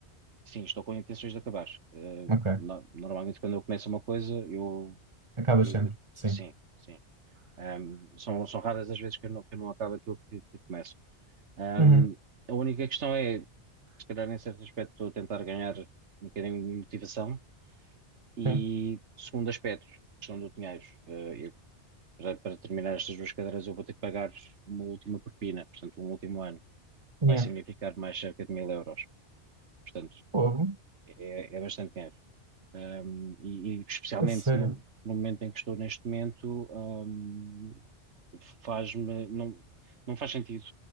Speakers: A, on the right; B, on the right.
A: Sim, estou com intenções de acabar. Eh,
B: Ok.
A: no- normalmente, quando eu começo uma coisa, eu,
B: Acabas
A: eu-
B: sempre.
A: eu-
B: Sim.
A: sim, sim. Ahm, são, são raras as vezes que eu não, que eu não acabo aquilo que, que começo. Ahm,
B: Uhum.
A: a única questão é, se calhar, em certo aspecto, estou a tentar ganhar um bocadinho de motivação. E,
B: Sim.
A: segundo aspecto, questão do dinheiro. Eh, eu- para, para terminar estas duas cadeiras, eu vou ter que pagar uma última propina, portanto, um último ano.
B: Yeah.
A: Vai significar mais cerca de mil euros. Portanto,
B: Fogo.
A: é, é bastante dinheiro. Um, e, e especialmente
B: É sério.
A: no, no momento em que estou neste momento, um, faz-me, não, não faz sentido,